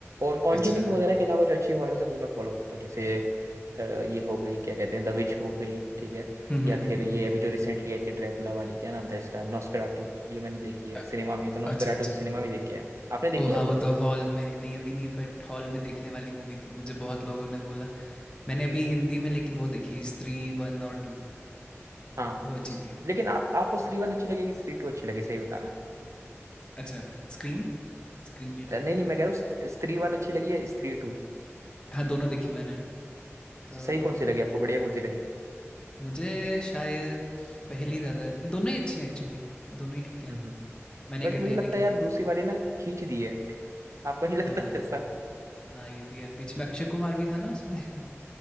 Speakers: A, on the right; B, on the left.
A: और कॉन्जरिंग
B: अच्छा
A: वगैरह के अलावा जो अच्छी हॉरर है वो मैं फॉलो करता हूँ जैसे अ, ये हो गई क्या कहते हैं द विच हो गई ठीक है
B: हम्म,
A: या
B: हम्म,
A: फिर ये
B: हम्म,
A: अभी जो रिसेंटली आई थी ड्रैकुला वाली क्या नाम था इसका नॉस्फेराटू ये मैंने देखी है
B: अ-
A: सिनेमा में तो नॉस्फेराटू
B: अच्छा अच्छा
A: तो सिनेमा में देखी है आपने देखी
B: ओ
A: है
B: हाँ
A: वो
B: वो तो हॉल में नहीं अभी नहीं बट हॉल में देखने वाली मूवी थी मुझे बहुत लोगों ने बोला मैंने अभी हिंदी में लेकिन वो देखी स्त्री वन और टू
A: हाँ
B: वो अच्छी थी
A: लेकिन आप आपको स्त्री वन अच्छी लगी कि स्त्री टू अच्छी लगी सही बताना
B: अच्छा स्क्रीम स्क्रीम भी
A: अ,
B: ट्राई
A: नहीं
B: करूँगा
A: नहीं मैं कह रहा हूँ स्त- स्त्री वन अच्छी लगी या स्त्री टू
B: हाँ दोनों देखी मैंने तो
A: सही कौन सी लगी आपको बढ़िया कौन सी लगी
B: मुझे शायद पहली ज़्यादा दोनों ही अच्छी हैं एक्चुअली दोनों ही ठीक है
A: हम्म
B: मैंने
A: बट
B: इकट्ठे
A: मुझे
B: ही
A: लगता
B: देखी
A: है यार
B: थी
A: दूसरी वाली ना खींच दी है आपको नहीं लगता
B: हाँ,
A: है
B: हाँ, ये भी है। बीच में अक्षय कुमार भी था ना उसमें <laughs>